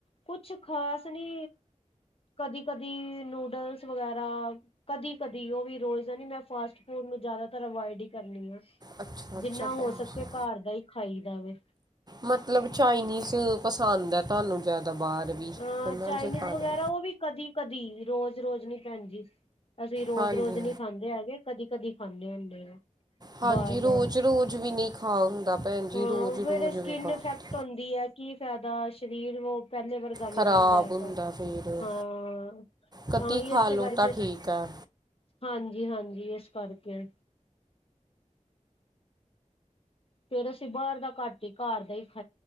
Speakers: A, on the left; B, on the right.
A: ਕੁਛ ਖ਼ਾਸ ਨੀ ਕਦੀ- ਕਦੀ ਨੂਡਲਸ ਵਗੈਰਾ, ਕਦੀ -ਕਦੀ ਉਹ ਵੀ ਰੋਜ਼ ਦਾ ਨੀ ਮੈਂ ਫਾਸਟ ਫੂਡ ਨੂੰ ਜ਼ਿਆਦਾਤਰ ਅਵਾਇਡ ਈ ਕਰਨੀ ਆ।
B: ਅੱਛਾ-ਅੱਛਾ
A: ਜਿੰਨਾ ਹੋ
B: ਭੈਣ
A: ਸਕੇ
B: ਜੀ,
A: ਘਰ ਦਾ ਹੀ ਖਾਈ ਦਾ ਵੇ
B: ਮਤਲਬ ਚਾਈਨੀਸ ਪਸੰਦ ਹੈ ਤੁਹਾਨੂੰ ਜ਼ਿਆਦਾ ਬਾਹਰ। ਵੀ
A: ਅ
B: ਉਹਨਾਂ
A: ਚਾਈਨੀਜ਼
B: 'ਚ ਖਾਣਾ
A: ਵਗੈਰਾ ਉਹ ਵੀ ਕਦੀ ਕਦੀ ਰੋਜ਼ -ਰੋਜ਼ ਨੀ ਭੈਣ ਜੀ, ਅਸੀਂ ਰੋਜ਼-
B: ਹਾਂਜੀ
A: ਰੋਜ਼ ਨੀ ਖਾਂਦੇ ਹੈਗੇ। ਕਦੀ -ਕਦੀ ਖਾਂਨੇ ਹੁੰਨੇ ਆ।
B: ਹਾਂਜੀ
A: ਬਾਹਰ ਦਾ
B: ਰੋਜ਼- ਰੋਜ਼ ਵੀ ਨੀ ਖਾ ਹੁੰਦਾ ਭੈਣ ਜੀ
A: ਹਾਂ
B: ਰੋਜ਼
A: ਫੇਰ
B: ਰੋਜ਼
A: ਸਕਿਨ
B: ਵੀ ਬਾਹਰ
A: ਇਫੈਕਟ ਹੋਦੀ ਆ ਕੀ ਫਾਇਦਾ ਸਰੀਰ ਵ- ਪਹਿਲੇ ਵਾਰਗ ਨੀ
B: ਖ਼ਰਾਬ
A: ਰਹਿੰਦਾ ਹੈਗਾ,
B: ਹੁੰਦਾ ਫਿਰ
A: ਹਾਂ।
B: ਕਦੀ
A: ਤਾਂ ਈ
B: ਖਾ
A: ਇਸੇ
B: ਲਓ
A: ਕਰਕੇ,
B: ਤਾਂ ਠੀਕ ਹੈ
A: ਹਾਂਜੀ- ਹਾਂਜੀ ਇਸ ਕਰਕੇ ਫੇਰ ਅਸੀਂ ਬਾਹਰ ਦਾ ਘੱਟ ਹੀ ਘਰ ਦਾ ਈ